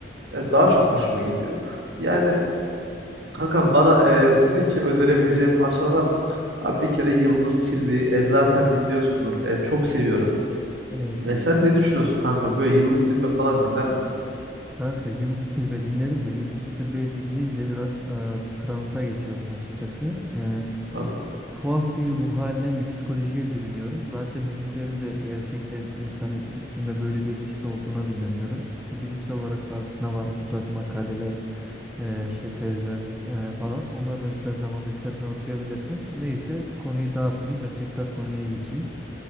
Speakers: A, on the right; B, in the centre.
A: e, daha çok hoşuma gidiyor. Yani Kanka bana e, dedin ki önerebileceğin parçalar var mı? Abi bir kere Yıldız Tilbe'yi e, zaten dinliyorsundur. E, çok seviyorum.
B: Evet,
A: E,
B: evet.
A: sen ne düşünüyorsun kanka? Böyle Yıldız Tilbe falan dinler misin?
B: Kanka Yıldız Tilbe dinlerim de Yıldız Tilbe'yi dinleyince biraz e, transa geçiyorum açıkçası. E,
A: Anladım.
B: tuhaf bir ruh haline bir psikolojiye bürünüyorum. Zaten müziklerin de gerçekten insanın üstünde böyle bir etkisi olduğuna da inanıyorum. Ki bilimsel olarak da aslında var bu tarz makaleler, e, işte tezler e, falan. Onları da müsait zamanda istersen okuyabilirsin. Neyse konuyu dağıtmayayım ben tekrar konuya geçeyim.